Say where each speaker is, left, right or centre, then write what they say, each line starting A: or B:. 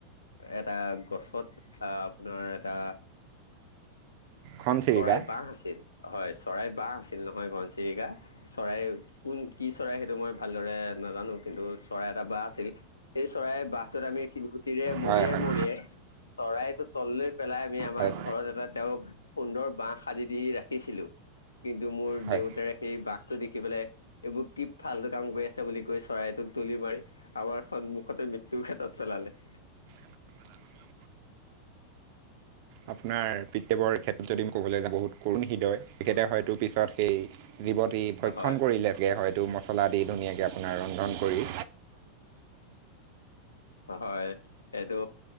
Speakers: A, on the left; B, on the right.
A: এটা গছত আ, আপোনাৰ এটা
B: খন চিৰিকা
A: চৰাই ববঁহ আছিল হয়, চৰাই বাঁহ আছিল নহয় ঘনচিৰিকা চৰাই কোন কি চৰাই সেইটো মই ভালদৰে নাজানো কিন্তু চৰাই এটা বা আছিল সেই চৰাই বাঁহটোত আমি শিলগুটিৰে মৰিয়াই
B: হয় হয়
A: মৰিয়াই চৰাইটো তললৈ পেলাই আমি আমাৰ
B: হয়
A: ঘৰত এটা তেওঁক সুন্দৰ বাঁহ সাজি দি ৰাখিছিলোঁ। কিন্তু মোৰ
B: হয়
A: দেউতাৰে সেই বাঁহটো দে দেখি পেলাই এইবোৰ কি ফালটো কাম কৰি আছ বুলি কৈ চৰাইটো দলি মাৰি আমাৰ সন্মুখতে মৃ তু খেতত পেলালে।
B: <inaudible> আপোনাৰ পিতৱৰ ক্ষেত্ৰত যদি মই ক'বলৈ যা বহুত কৰুণ হৃদয় তেখেতে হয়তো পিছত সেই জীৱতী ভক্ষণ
A: হয়
B: কৰিলেগে হয়তো মছলা দি ধুনীয়াকে আপোনাৰ ৰন্ধন কৰি
A: হয়, এইটো